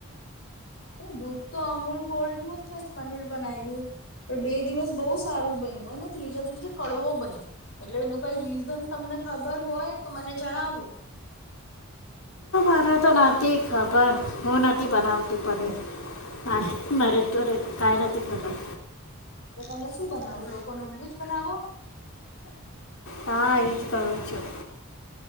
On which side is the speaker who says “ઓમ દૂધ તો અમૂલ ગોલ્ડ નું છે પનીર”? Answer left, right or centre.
Left